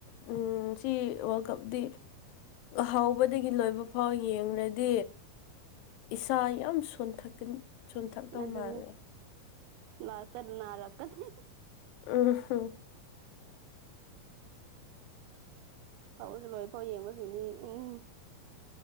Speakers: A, on the left; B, on the right.
A: ꯎꯝ ꯁꯤ ꯋꯥꯔꯜ ꯀꯞꯗꯤ ꯍꯧꯕꯗꯒꯤ ꯂꯣꯏꯕ ꯐꯥꯎ ꯌꯦꯡꯂꯡꯨꯔꯗꯤ ꯏꯁꯥ ꯌꯥꯝ ꯁꯣꯟꯊꯛꯀꯅꯤ ꯁꯣꯟꯊꯛꯇꯧ
B: ꯑꯗꯨꯅꯤ
A: ꯃꯥꯜꯂꯦ
B: ꯂꯥꯁꯇ ꯅꯥꯔꯛꯀꯅꯤ꯫
A: ꯎꯝꯍꯝ
B: ꯍꯧꯕꯗꯩ ꯂꯣꯏꯐꯥꯎ ꯌꯦꯡꯕꯁꯤꯅꯤ ꯎꯝ